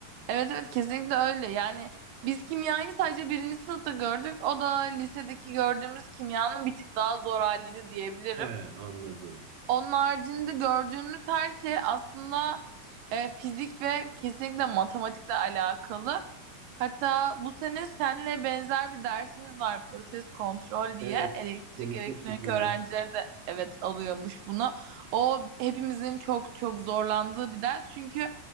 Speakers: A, on the right (about 80°); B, on the right (about 60°).
A: Evet evet kesinlikle öyle. Yani biz kimyayı sadece birinci sınıfta gördük. O da lisedeki gördüğümüz kimyanın bir tık daha zor haliydi diyebilirim.
B: He, anladım.
A: Onun haricinde gördüğümüz her şey aslında e, fizik ve kesinlikle matematikle alakalı. Hatta bu sene senle benzer bir dersimiz var proses kontrol diye.
B: Evet,
A: Elektrik
B: konuşmuştuk
A: elektronik
B: bunu.
A: öğrencileri de evet alıyormuş bunu. O hepimizin çok çok zorlandığı bir ders. Çünkü